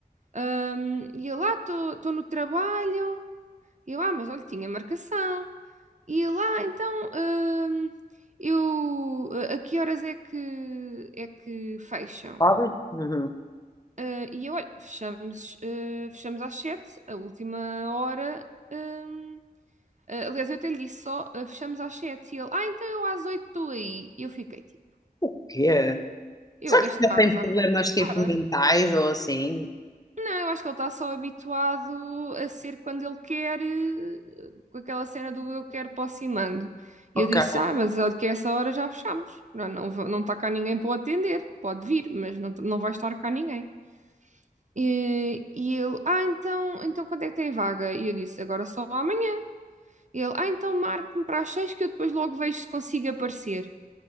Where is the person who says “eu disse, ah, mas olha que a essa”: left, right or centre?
Right